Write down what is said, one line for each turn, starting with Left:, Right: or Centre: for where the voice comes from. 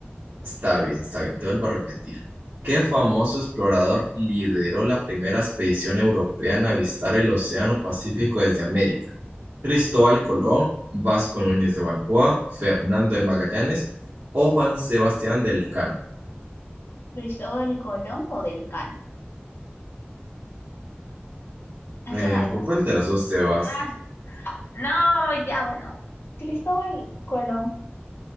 Right: está bien, está bien, te vuelvo a repetir. ¿Qué famoso explorador lideró la primera expedición europea en avistar el Océano Pacífico desde América? ¿Cristóbal Colón, Vasco Núñez de Balboa, Fernando de Magallanes o Juan Sebastián del Elcano?
Left: ¿Cristóbal Colón o del Can? Es
Right: Eh,
Left: una de
Right: ¿por
Left: las
Right: cuál
Left: dos.
Right: de las dos te vas?
Left: Ah, no, ya, bueno. Cristóbal Colón.